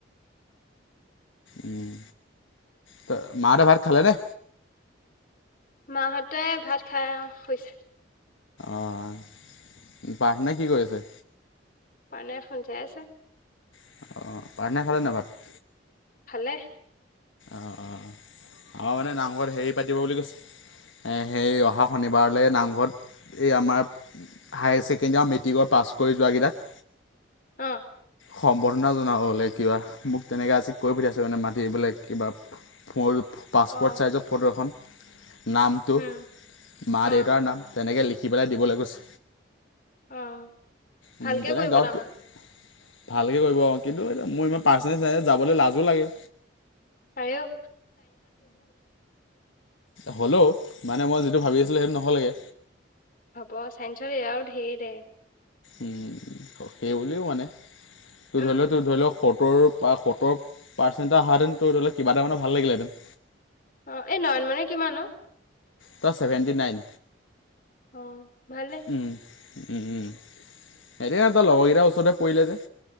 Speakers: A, on the left; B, on the left.
A: উম, ত মাহঁতে ভাত খালে নে?
B: মাহঁতে ভাত খাই অঁ শুইছে।
A: অঁ, পাৰ্থনাই কি কৰি আছে?
B: আইনা খন চাই আছে।
A: অঁ, পাৰ্থনাই খালে নাই ভাত?
B: খালে।
A: অঁ অঁ, আমাৰ মানে নামঘৰত হেৰি পাতিব বুলি কৈছে। সেই অহা শনিবাৰলৈ নামঘৰত এই আমাৰ- হায়াৰ ছেকেণ্ডেৰী আৰু মেট্ৰিকৰ পাছ কৰি যোৱা কেইটাক-
B: অঁ
A: সম্বৰ্ধনা জনাব বোলে কিবা মোক তেনেকে আজি কৈ পুঠাইছে মানে মাটিবলে। কিবা মোৰ পাছপ'ৰ্ট
B: অ
A: চাইজৰ ফটো এখন। নামটো
B: উম
A: মা
B: অ
A: দেউতাৰ নাম তেনেকৈ লিখি পেলাই দিবলে কৈছে।
B: অ
A: উম,
B: ভালকে
A: তেনে
B: কৰিব
A: গাঁৱত
B: তাৰমানে
A: কি- ভালকৈ কৰিব কিন্তু এতিয়া মোৰ ইমান পাৰ্চেন্টেজ নাই যাবলৈ লাজো লাগে।
B: পাৰে অ।
A: হ'লেও মানে মই যিটো ভাবি আছিলোঁ সেইটো নহ'লগে।
B: হ'ব চাইন্সৰ এইয়াও ঢেৰ দে
A: উম সেইবুলিও মানে তোৰ
B: উম
A: ধৰি লওক ত ধৰি লওক সতৰ পৰা সতৰ- পাৰ্চণ এটা অহা হেঁতেন তোৰ ধৰি লওঁ কিবা এটা মানে ভাল লাগিল হেঁতেন।
B: অ এই নয়নমণি কিমান অ
A: তা ছেভেণ্টি নাইন।
B: অ ভালে
A: সেইদিনা তই লগৰকেইটাৰ ওচৰতে পৰিলে যে